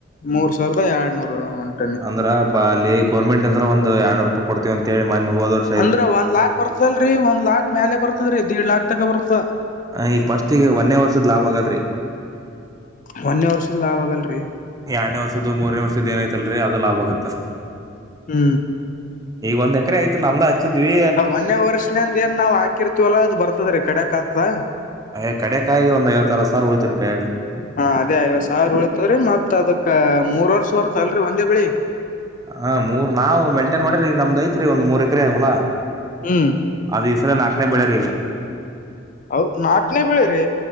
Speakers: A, on the left; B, on the right.
A: ಮೂರ್ ಸಾವಿರದ ಎರಡ್ನೂರ ಉಂಟು
B: ಅಂದ್ರ ಬ ಅಲ್ಲಿ ಗೌರ್ಮೆಂಟ್ ಅಂದ್ರೆ ಒಂದು ಎರನೂರು ರೂಪಾಯಿ ಕೊಡ್ತತಿವಿ ಅಂತೇಳಿ ಮನೆ ಹೋದ್ರ್
A: ಅಂದ್ರ ಒಂದ್ ಲಾಕ್ ಬತಲ್ರರಿ ಒಂದ್ ಲಾಕ್ ಮ್ಯಾಲಲೆ ಬರ್ತದ್ರೀ ದೀಡ್ ಲಾಕ್ ತಕ ಬರ್ತ
B: ಹ್ ಈ ಫಸ್ಟಗೆಗ ಒನ್ೇ ವರ್ಷದ್ ಲಾಭ ಆಗಲ್ರಿ
A: ಮಂದೇ ವರ್ಷದ ಲಾಭ ಆಗಲ್ರರಿ
B: ಎರಡನೇ ವರ್ದ್ದ ಮೂರನೇರ್ದ ಏನಐತಲ್ರರಿ ಅದು ಲಾಭ ಆಗತ್ತ
A: ಹ್ಮ್
B: ಈಗ ಒಂದ ಎಕರೆ ಐತ ನಮ್ದ ಸಿದ್ವಿ
A: ಆ ಒನ್ನೇ ವರ್ಷ್ಂದ ಏನ್ ನಾವ್ ಹಾಕಿರ್ತಿವಲ್ಲ ಅದ ಬರ್ತದ ರೀ ಕಡೆ ಕ ಆತಾ
B: ಅಯ್ ಕಡೆ ಕಾಯಿ ಒಂದ ಐವತ್ತರ ಸಾರ್ ಉಳಿತತಿರು ಕಾಯಯಾಗ
A: ಹಾ ಅದೇ ಐವತ್ ಸಾವಿರ ಉಳಳ್ತವ್ರೀ ಮತ್ ಅದಕ್ ಮೂರ್ ವರ್ಷ ಹೊರ್ತಲ್ರರಿ ಒಂದೇ ಬಿಳಿ
B: ಹ ಮೂರ್ ನಾವ್ ಮೇಂಟೇನ್ ಮಾಡ್ರರಿ ಈಗ ನಮ್ದ್ ಐತ್ರಿ ಒಂದ್ ಮೂರ್ ಎಕರೆ ಆಗಲಾ
A: ಹ್ಮ್
B: ಅದ ಈ ಸಲ ನಾಕನೇ ಬೆಳ್ಯರಿ ಈಗ
A: ಹೌದ ನಾಕನೇ ಬೆಳಿ ರರಿ